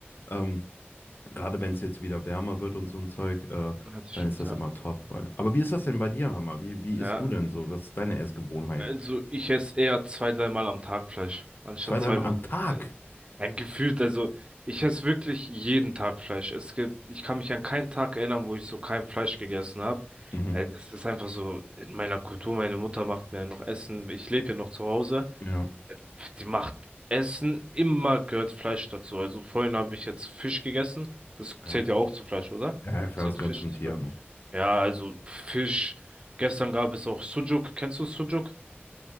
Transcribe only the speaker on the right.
Ja, das
stimmt,
ja.
Ja,
also ich esse eher zwei, dreimal am Tag Fleisch, anstatt
zweimal.
Äh, ja, gefühlt, also ich esse wirklich jeden Tag Fleisch. Es gibt, ich kann mich an keinen Tag erinnern, wo ich so kein Fleisch gegessen habe.
Äh, das ist einfach so in meiner Kultur. Meine Mutter macht mir noch Essen. Ich lebe ja noch zu Hause.
Äh, Die macht Essen, immer gehört Fleisch dazu. Also vorhin habe ich jetzt Fisch gegessen. Das
zählt ja auch zu Fleisch, oder?
Zählt
Fisch
zu
Fleisch?
Ja, also Fisch. Gestern gab es auch Sujuk. Kennst du Sujuk?